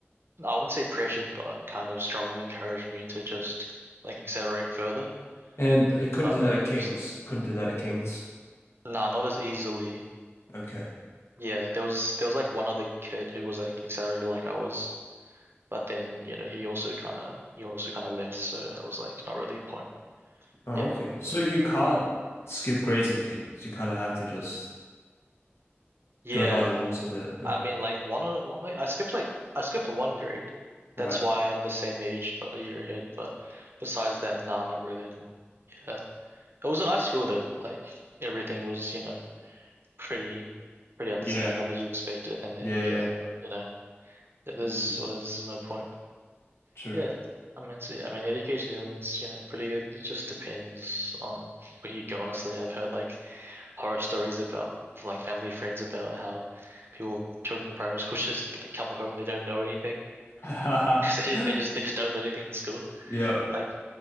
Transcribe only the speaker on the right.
I wouldn't say pressured, but kind of strongly encouraged me to just like accelerate further.
But
I
was
nah, not as easily.
Yeah, there was there was like one other kid who was like accelerated like I was, but then you know he also kind of he also kind of left, so it was like not really a point.
Yeah,
yeah.
I mean, like one o- one like I skipped like I skipped one grade.
That's why I'm the same age but a year ahead. But besides that, nah, not really. And yeah, it was a nice school though. Like everything was you know pretty pretty up
to standard. I mean, you expect it, and then
yeah,
you know, th- there's
well, there's, there's no point.
Yeah, I mean, see, I mean, education in New Zealand's you know pretty good. It just depends on where you go. Honestly, I've heard like horror stories about from like family friends about how people, children in primary school, <laughs> just like come home and they don't know anything
<laughs> because they just, they just they just don't learn anything in school.
Like